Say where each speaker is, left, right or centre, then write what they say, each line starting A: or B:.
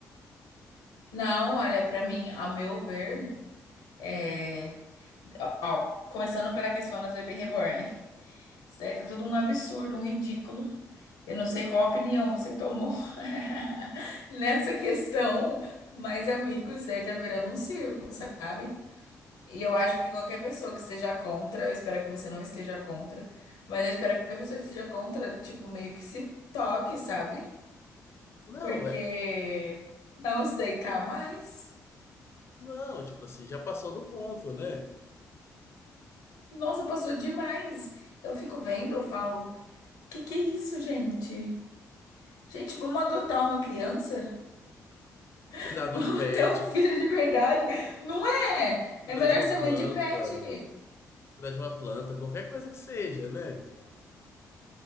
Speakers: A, on the left (about 85°); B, on the left (about 40°).
A: Não, olha, pra mim, ao meu ver, é... Ó, ó, começando pela questão das bebês reborn. Isso daí tá tudo um absurdo, um ridículo. Eu não sei qual opinião você tomou <laughs> nessa questão, mas, amigos, isso daí tá virando um circo, sabe? E eu acho que qualquer pessoa que esteja contra, eu espero que você não esteja contra, mas eu espero que qualquer pessoa que esteja contra, tipo, meio que se toque, sabe?
B: Não,
A: Porque
B: é,
A: não se deitar mais.
B: Não, tipo assim, já passou do ponto, né?
A: Nossa, passou demais. Eu fico vendo, eu falo, que que é isso, gente? Gente, vamos adotar uma criança?
B: Cuidar
A: <laughs>
B: de
A: Vamos
B: um pet,
A: ter um filho de verdade? Não é!
B: cuidar
A: É melhor
B: de uma
A: ser
B: planta,
A: mãe de pet.
B: cuidar de uma planta, qualquer coisa que seja, né?